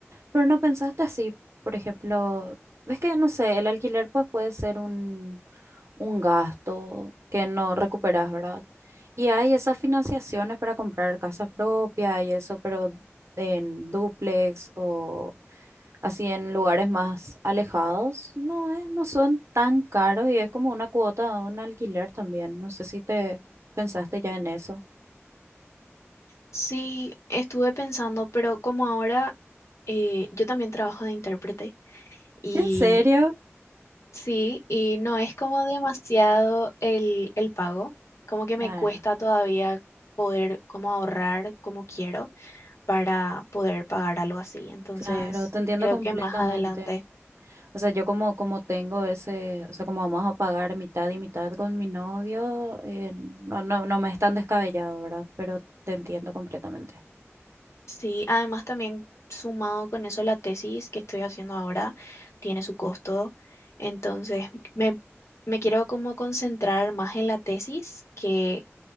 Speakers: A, on the right (about 70°); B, on the left (about 75°).
A: Pero no pensaste así, por ejemplo, ves que no sé, el alquiler pues puede ser un, un gasto que no recuperas, ¿verdad? Y hay esas financiaciones para comprar casa propia y eso, pero en dúplex o así en lugares más alejados, no es, no son tan caros y es como una cuota de un alquiler también. No sé si te pensaste ya en eso.
B: Sí, estuve pensando, pero como ahora eh, yo también trabajo de intérprete y
A: ¿En serio?
B: sí, y no es como demasiado el, el pago, como que me
A: Claro,
B: cuesta todavía poder como ahorrar como quiero para poder pagar algo así. Entonces,
A: claro, te entiendo
B: creo
A: completamente.
B: que más adelante.
A: O sea, yo como, como tengo ese, o sea, como vamos a pagar mitad y mitad con mi novio, eh, no, no, no me es tan descabellado, ¿verdad? Pero te entiendo completamente.
B: Sí, además también sumado con eso la tesis que estoy haciendo ahora tiene su costo, entonces me, me quiero como concentrar más en la tesis que